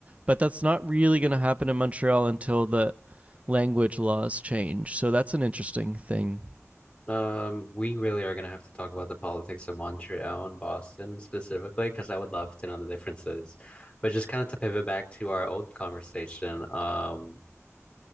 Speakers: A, on the right (about 25°); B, on the left (about 20°).
A: But that's not really going to happen in Montreal until the language laws change. So that's an interesting thing.
B: Um, we really are gonna have to talk about the politics of Montreal and Boston specifically, because I would love to know the differences. But just kind of to pivot back to our old conversation, um,